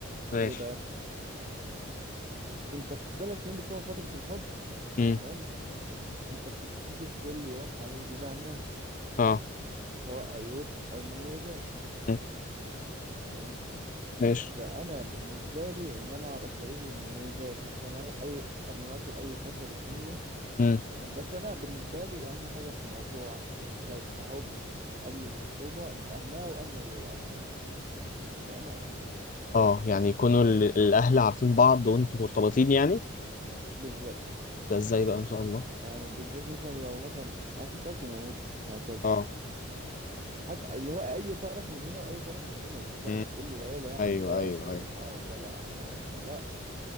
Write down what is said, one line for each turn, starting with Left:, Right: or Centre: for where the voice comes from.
Left: ماشي
Right: ليه بقى انت في ثلاث سنين بتوع فتره الحب
Left: امم
Right: تمام انت بتكتشف كل يوم حاجه جديده عنها
Left: اه
Right: سواء عيوب او مميزات
Left: مم.
Right: تمام
Left: ماشي
Right: فانا بالنسبه لي ان انا اعرف العيوب والمميزات قبل ما اي قبل ما اخد اي خطوه رسميه
Left: امم
Right: تمام بس انا بالنسبه لي اهم حاجه في الموضوع ك- كحب قبل الخطوبه ان اهلها واهلها يبقوا عارفين في امان
Left: اه يعني يكونوا ال- الاهل عارفين بعض وانتوا مرتبطين يعني
Right: بالظبط
Left: ده ازاي بقى ان شاء الله
Right: يعني بالذات مثلا لو مثلا مامتك ومامتها وهكذا
Left: اه
Right: حتى اللي هو اي طرف من هنا واي طرف من هنا مش شرط
Left: امم
Right: كل العيله يعني
Left: ايوه
Right: اللي هو
Left: ايوه
Right: ابوها
Left: ايوه
Right: وامها وخالها وعمها ومش عارف- لا